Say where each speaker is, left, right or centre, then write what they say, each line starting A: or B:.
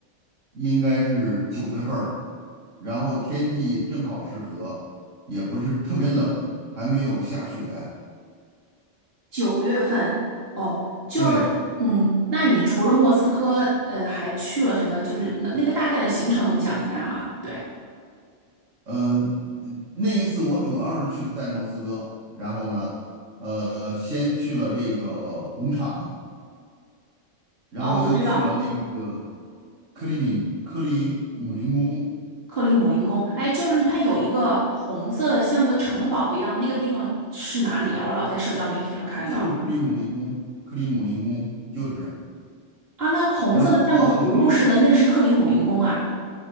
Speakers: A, on the right (about 85°); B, on the right (about 50°).
A: 应该是九月份儿，然后天气正好适合，也不是特别冷，还没有下雪。
B: 九月份。哦，就是，
A: 对，
B: 嗯，那你除了莫斯科，呃，还去了什么？就是那那个大概的行程能讲一下吗？对，
A: 嗯，那一次我主要是去在莫斯科，然后呢，呃，先去了这个红场，然后又去了那个
B: 哦，我知道，
A: 克里米克里姆林宫，
B: 克里姆林宫，哎，就是它有一个红色的，像个城堡一样，那个地方是哪里呀？我老在社交媒体上看到。
A: 就是克里姆林宫，克里姆林宫就是。
B: 啊，那红色的像个葫芦似的，
A: 然后我在克里
B: 那是克里姆林宫啊，